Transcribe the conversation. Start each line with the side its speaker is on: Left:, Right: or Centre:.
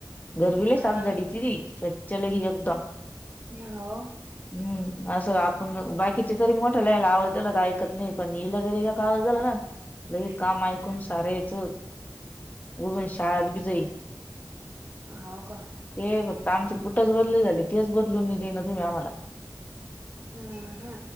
Left: घरबी
Right: आम
Left: लई साफ झाडीती ती स्वच्छ लई एकदम
Right: मी हाव!
Left: हं असं आपुण बाकीचे तरी मोठल्याला ला आवज दीला त ऐकत नाही पण हिला जरी एक आवाज झालं ना लगे
Right: ह
Left: काम ऐकून सारायचं उजून शाळात बी जई
Right: हो का
Left: ते फक्त आमचे बुटच बदली झाले तेच बदलून नई देइना तुम्ही आम्हाला.
Right: ह हा